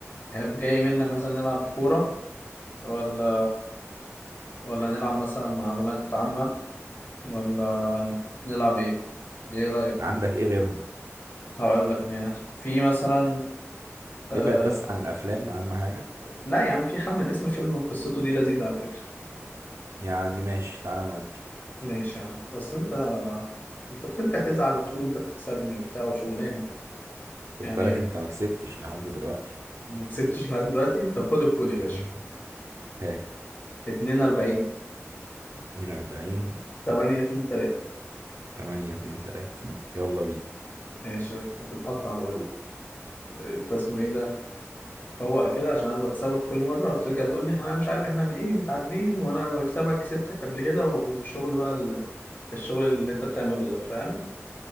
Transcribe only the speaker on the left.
تحب جاي منك مثلا نلعب كوره ولا ولا نلعب مثلا معلومات عامه ولا نلعب ايه ايه رايك
هقول لك ماشي في مثلا آه...
لا يا عم في خمن اسم فيلم قصته دي لذيذه على فكره
ماشي يا عم بس انت انت بترجع تزعل وتقول انت بتكسبني وبتاع وشغلانه
يعني
ما كسبتش لحد دلوقتي طب خد الكود يا باشا
42
8 2 3
ماشي هتتقطع بقول لك انت اسمه ايه ده فوق كده عشان انا بكسبك كل مره وبترجع تقول لي احنا مش عارف احنا من ايه متعادلين وانا بكسبك كسبتك قبل كده والشغل بقى ال... الشغل اللي انت بتعمله ده فاهم